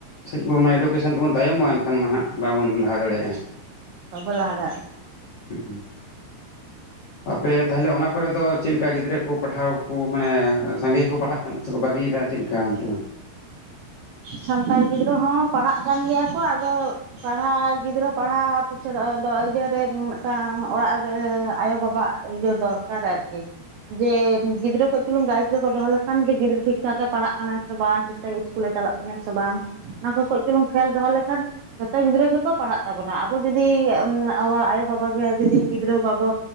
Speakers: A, on the left; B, on the right.
A: ᱥᱮᱜ ᱵᱚᱢᱟᱭ ᱩᱰᱩᱜ ᱠᱮᱥᱮᱱ ᱛᱮᱵᱚᱱ ᱛᱟᱭᱚᱢᱚᱜᱼᱟ ᱮᱱᱠᱷᱟᱱ ᱢᱟ ᱦᱟᱸᱜ ᱵᱟᱵᱩᱱ ᱞᱟᱦᱟ ᱫᱮᱲᱮᱭᱟᱜᱼᱟ᱾
B: ᱵᱟᱵᱚᱱ ᱞᱟᱦᱟ ᱫᱟᱲᱮᱟᱜᱼᱟ
A: ᱦᱩᱸ
B: <unintelligible>
A: ᱟᱯᱮ ᱛᱟᱦᱮᱞᱮ ᱚᱱᱟ ᱠᱚᱨᱮ ᱫᱚ ᱪᱮᱫᱞᱮᱠᱟ ᱜᱤᱫᱽᱨᱟᱹ ᱠᱩ ᱯᱟᱲᱦᱟᱣ ᱠᱩ ᱢᱟᱱᱮ ᱥᱟᱸᱜᱮᱠᱚ ᱯᱟᱲᱦᱟᱜ ᱠᱟᱱᱟ ᱥᱮ ᱠᱚ ᱵᱟᱹᱜᱤᱭᱮᱫᱟ ᱪᱮᱜ ᱠᱟ ᱚᱱᱛᱮ ᱫᱚ?
B: ᱥᱟᱱᱛᱟᱲ ᱜᱤᱫᱽᱨᱟᱹ ᱦᱚᱸ ᱯᱟᱨᱟᱜ ᱠᱟᱱ ᱜᱮᱭᱟ ᱠᱚ ᱟᱫᱚ ᱯᱟᱨᱦᱟᱣ ᱜᱤᱫᱽᱨᱟᱹ ᱯᱟᱨᱦᱟᱣ ᱯᱤᱪᱷᱟ. ᱫᱚ ᱟᱫᱚ ᱤᱭᱟᱹᱟᱹᱨᱮ ᱢᱤᱜᱴᱟᱝ ᱚᱲᱟᱜ ᱨᱮ ᱟᱭᱳ ᱵᱟᱵᱟᱼᱟᱜ ᱤᱡᱟ. ᱫᱚᱨᱠᱟᱨ ᱟᱨᱠᱤ ᱡᱮ ᱜᱤᱫᱽᱨᱟᱹ ᱠᱟ. ᱪ ᱪᱩᱞᱩᱝ ᱜᱟᱭᱤᱴ ᱨᱮᱠᱚ ᱫᱚᱦᱚ ᱞᱮᱠᱷᱟᱱ ᱜᱤᱫᱽᱨᱟᱹ ᱴᱷᱤᱠ ᱴᱷᱟᱠ ᱮ ᱯᱟᱲᱦᱟᱜ ᱠᱟᱱᱟ ᱥᱮ ᱵᱟᱝ ᱴᱷᱤᱠ ᱴᱷᱤᱠᱴᱷᱟᱡ ᱤᱥ ᱠᱩᱞᱮ ᱪᱟᱞᱟᱜ ᱠᱟᱱᱟᱭ ᱥᱮ ᱵᱟᱝ ᱚᱱᱟ ᱠᱚ ᱠᱚ. ᱜ ᱪᱩᱞᱩ ᱠᱷᱮᱞ ᱫᱚᱦᱚ ᱞᱮᱠᱷᱟᱱ ᱡᱚᱛᱚ ᱜᱤᱫᱽᱨᱟᱹ ᱜᱮᱠᱚ ᱯᱟᱲᱦᱟᱜ ᱛᱟᱵᱚᱱᱟ ᱟᱵᱚ ᱡᱩᱫᱤ ᱟᱵᱚ ᱟᱭᱳᱼᱵᱟᱵᱟ ᱜᱮ ᱡᱩᱫᱤ ᱜᱤᱫᱽᱨᱟᱹ ᱵᱟᱵᱚ